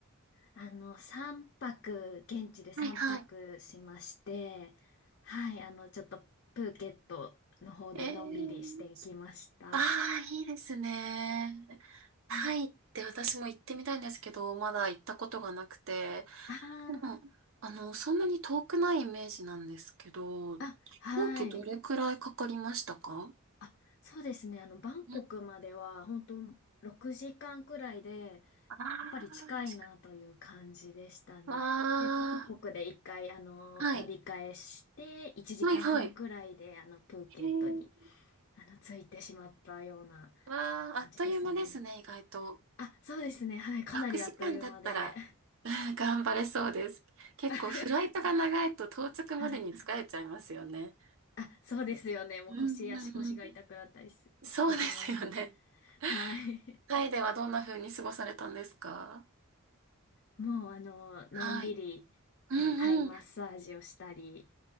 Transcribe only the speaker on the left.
あの、3泊、現地で3泊しまして、
はい、あの、ちょっとプーケットの方でのんびりしていきました。
うん
あー
あ、
はい。あ、そうですね。あの、バンコクまでは、
本当6時間くらいで、
やっぱり近いなという感じでしたね。
で、バンコクで一回、あの、
乗り換えして、1時間半くらいで、
あの、プーケットに、
あの、着いてしまったような
感じですね。
あ、そうですね。はい。かなりあっという間で。
<laughs> はい。あ、そうですよね。もう腰、
足腰が痛くなったりし、
してしまうの。
はい。
もう、あの、のんびり、
あの、
タイマッサージをしたり、